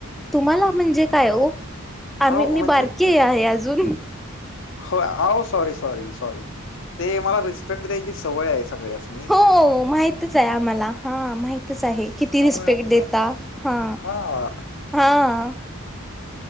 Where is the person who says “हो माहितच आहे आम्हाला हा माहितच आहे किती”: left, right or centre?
Centre